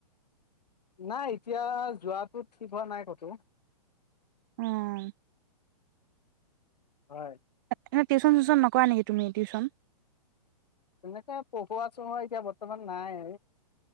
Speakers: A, on the left; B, on the right.
A: নাই এতিয়া যোৱাটো ঠিক হোৱা নাই কতো
B: উম
A: হয়
B: এনেই টিউচন চিউশন নকোৱা নেকি তুমি টিউশচন
A: তেনেকে পঢ়োৱা চহোৱা এতিয়া বৰ্তমান নাই